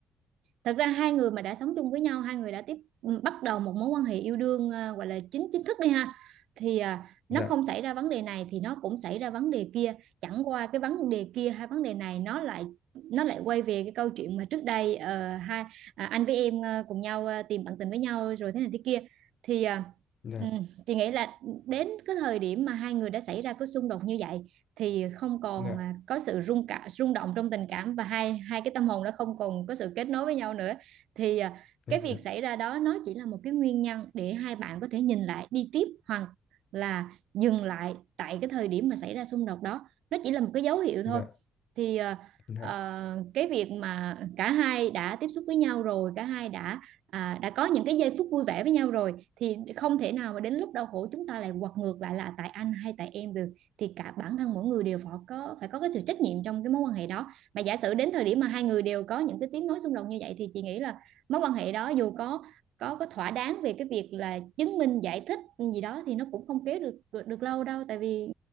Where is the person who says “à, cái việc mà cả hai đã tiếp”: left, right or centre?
Right